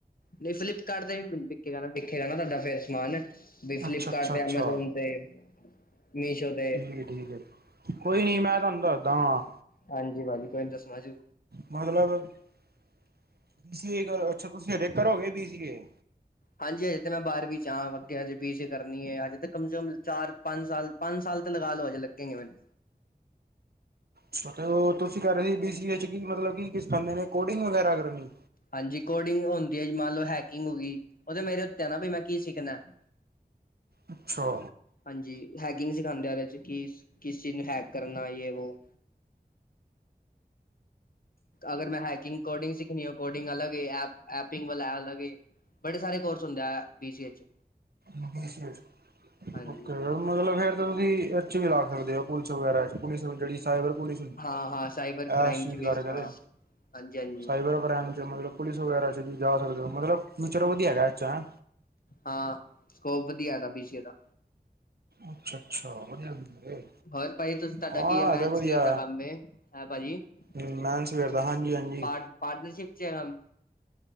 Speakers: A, on the left; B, on the right.
A: ਨਹੀਂ ਫਲਿੱਪਕਾਰਟ ਤੇ ਵੀ ਵਿਕੇਗਾ ਨਾ -ਵਿਕੇਗਾ ਨਾ ਤੁਹਾਡਾ ਫੇਰ ਸਮਾਨ। ਬਈ ਫਲੀਪਕਾਰਟ
B: ਅੱਛਾ ਅੱਛਾ
A: ਤੇ,
B: ਅੱਛਾ
A: ਐਮਾਜ਼ੋਨ ਤੇ, ਮੀਸ਼ੋ ਤੇ।
B: ਨਈ ਠੀਕ ਹੈ। ਕੋਈ ਨੀ ਮੈਂ ਤੁਆਨੂੰ ਦੱਸਦਾ ਵਾਂ।
A: ਹਾਂਜੀ ਭਾਜੀ ਕੋਈ ਨੀ ਦੱਸਣਾ ਜ਼ੁ
B: ਮਤਲਬ, ਬੀ ਸੀ ਏ ਕਰ ਅੱਛਾ ਤੁਸੀਂ ਹਜੇ ਕਰੋਗੇ ਬੀ ਸੀ ਏ?
A: ਹਾਂਜੀ ਅਜੇ ਤੇ ਮੈਂ ਬਾਰਵੀ ਚ ਆਂ, ਅੱਗੇ ਹਜੇ ਬੀ ਸੀ ਏ ਕਰਨੀ ਏ, ਹਜੇ ਤੇ ਕਮ ਸੇ ਕਮ ਚਾਰ ਪੰਜ ਸਾਲ ਪੰਜ ਸਾਲ ਤੇ ਲਗਾ ਲਓ ਅਜੇ ਲੱਗੇਗੇ ਮੈਨੂੰ।
B: ਛ ਤੇ ਓਹ ਤੁਸੀ ਕੇਹ ਰਏ ਸੀ ਬੀ ਸੀ ਏ ਚ ਕੀ ਮਤਲਬ ਕੀ-ਕੀ ਸਿੱਖਾਂਦੇ ਨੇ ਕੋਡਿੰਗ ਵਗੈਰਾ ਕਰਨੀ?
A: ਹਾਂਜੀ ਕੋਡਿੰਗ ਹੁੰਦੀ ਏ, ਮੰਨ ਲਓ ਹੈਕਿੰਗ ਹੋ ਗਈ, ਉਹ ਦੇ ਮੇਰੇ ਉੱਤੇ ਆ ਨਾ, ਬੀ ਮੈਂ ਕੀ ਸਿੱਖਣਾ ਏ?
B: ਅੱਛਾ।
A: ਹਾਂਜੀ, ਹੈਕਿੰਗ ਸਿਖਾਂਦੇ ਆ ਉਹਦੇ ਚ ਕਿਸ, ਕਿਸ ਚੀਜ਼ ਨੂੰ ਹੈਕ ਕਰਨਾ ਯੇ ਵੋ। ਅਗਰ ਮੈਂ ਹੈਕਿੰਗ ਕੋਡਿੰਗ ਸਿੱਖਣੀ, ਓਹ ਕੋਡਿੰਗ ਅਲਗ ਏ, ਐਪ ਐਪਿੰਗ ਵਾਲਾ ਐ ਅਲਗ ਏ। ਬੜੇ ਸਾਰੇ ਕੋਰਸ ਹੁੰਦਾ ਐ ਬੀ ਸੀ ਏ ਚ।
B: ਹੂੰ-ਹੂੰ ਕੇ,
A: ਹਾਂਜੀ
B: ਓਕੇ। ਮਤਲਬ ਫੇਰ ਤੇ ਤੁਸੀਂ ਏਹ ਚ ਵੀ ਲਗ ਸਕਦੇ ਹੋ, ਪੁਲਿਸ ਵਗੈਰਾ ਚ। ਪੁਲਿਸ ਓਹ ਜੇਹੜੀ ਸਾਈਬਰ ਪੁਲਿਸ ਹੁੰਦੀ,
A: ਹਾਂ ਹਾਂ ਸਾਈਬਰ ਕ੍ਰਾਈਮ
B: ਐਸ਼ ਜਿਗਾਰੇ
A: ਚ ਵੀ
B: ਤੇਰੇ।
A: ਹਾਂ ਹਾਂਜੀ ਹਾਂਜੀ
B: ਸਾਈਬਰ ਕਰੈਮ ਚ ਮਤਲਬ ਪੁਲਿਸ ਵਗੈਰਾ ਚ ਵੀ ਜਾ ਸਕਦੇ ਹੋ, ਮਤਲਬ ਫਿਊਚਰ ਵਧੀਆ ਹੈਗਾ ਏਹਦੇ ਚ ਹੈਂ?
A: ਆਂ ਸਕੋਪ ਵਧੀਆ ਹੈਗਾ ਬੀ ਸੀ ਏ ਦਾ।
B: ਅੱਛਾ-ਅੱਛਾ ਵਧੀਆ ਰੂਲ ਏ,
A: ਹੋਰ ਭਾਜੀ ਤੁਸੀਂ ਤੁਹਾਡਾ
B: ਹਾਂ
A: ਕੀ ਹੈ ਮੈਨਸਵੀਅਰ
B: ਐ ਤੇ ਵਧੀਆ
A: ਦਾ ਕੰਮ ਏ ਹੈਂ ਭਾਜੀ
B: ਏ। ਮੈਂ ਵੀ ਸਵੇਰ
A: ਅੱਛਾ
B: ਦਾ, ਹਾਂਜੀ-ਹਾਂਜੀ।
A: ਪਾਰਟ ਪਾਰਟਨਰਸ਼ਿਪ ਚ ਹੈ ਕੰਮ